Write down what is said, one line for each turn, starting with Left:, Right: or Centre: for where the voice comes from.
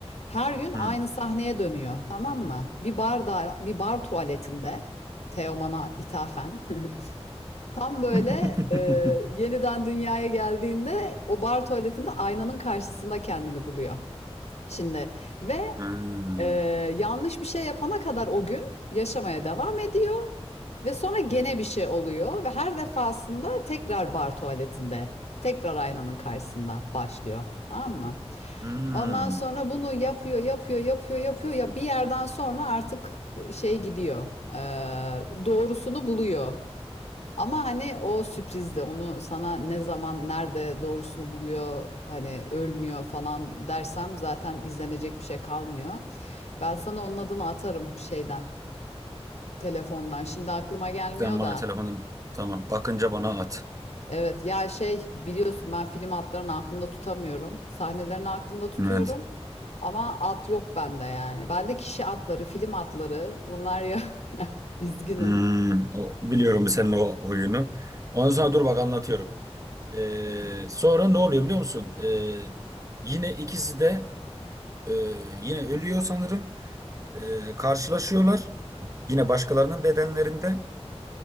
Left: Her gün aynı
Right: Hmm.
Left: sahneye dönüyor, tamam mı? Bir barda, bir bar tuvaletinde Teoman'a ithafen. <laughs> Tam böyle
Right: <laughs>
Left: e, yeniden dünyaya geldiğinde o bar tuvaletinde aynanın karşısında kendini buluyor. Şimdi ve
Right: Hmm.
Left: e, yanlış bir şey yapana kadar o gün yaşamaya devam ediyor. Ve sonra gene bir şey oluyor ve her defasında tekrar bar tuvaletinde, tekrar aynanın karşısında başlıyor. Tamam mı?
Right: Hmm.
Left: Ondan sonra bunu yapıyor, yapıyor, yapıyor, yapıyor. Ya bir yerden sonra artık şey gidiyor. eee, doğrusunu buluyor. Ama hani o sürprizde onu sana ne zaman, nerede doğrusunu buluyor, hani ölmüyor falan dersem zaten izlenecek bir şey kalmıyor. Ben sana onun adını atarım şeyden, telefondan. Şimdi aklıma gelmiyor
Right: Sen bana
Left: da.
Right: telefonu tamam bakınca bana at.
Left: Evet ya şey biliyorsun ben film adlarını aklımda tutamıyorum. Sahnelerini aklımda tutuyorum.
Right: Evet.
Left: Ama at yok bende yani. Bende kişi atları, film atları bunlar ya <laughs> üzgünüm.
Right: Hmm. O, biliyorum bu senin o huyunu. Ondan sonra dur bak anlatıyorum. Ee, sonra ne oluyor biliyor musun? Ee, yine ikisi de e, yine ölüyor sanırım. Ee, karşılaşıyorlar. Yine başkalarının bedenlerinde.